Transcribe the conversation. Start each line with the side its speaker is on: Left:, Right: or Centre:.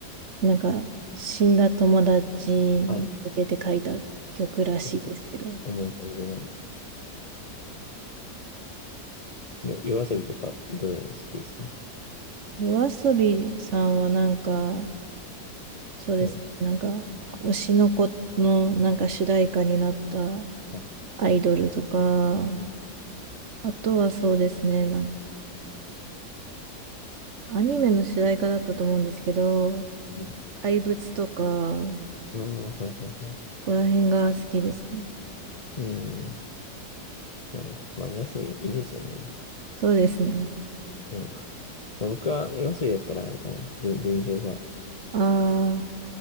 Right: なんか、死んだ友達に向けて書いた曲らしいですけど、
Left: はい。ちょっと、重い感じの、よ、夜遊びとか、どういうの好きですか
Right: 夜遊びさんはなんか、そうですね。
Left: うん。
Right: なんか、推しの子のなんか主題歌になった
Left: は
Right: アイドルとか、
Left: い
Right: あとはそうですね、なんかアニメの主題歌だったと思うんですけど、
Left: うん
Right: 怪物とか、
Left: ああ、はいはいはい。
Right: ここら辺が好きですね。
Left: うん。なるほど。まあ、夜遊びいいですよね。
Right: そうですね。
Left: うん。まあ僕は夜遊びだったらあれかな。群、群青が好
Right: ああ、